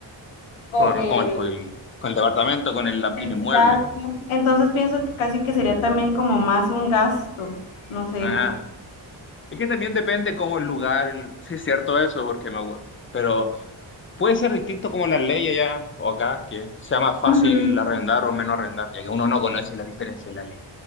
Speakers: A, on the left; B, on the left.
A: con
B: <laughs>
A: el
B: con, con el, con el- con el departamento, con el, el
A: Exacto.
B: inmueble.
A: Entonces pienso que casi que sería también como más un gasto, no sé.
B: Ah, es que también depende cómo el lugar, el- sí es cierto eso, porque me acuerdo. Pero puede ser distinto como las leyes allá o acá, que sea más fácil
A: Ujú,
B: arrendar o menos arrendar, ya que uno no conoce la diferencia de la ley.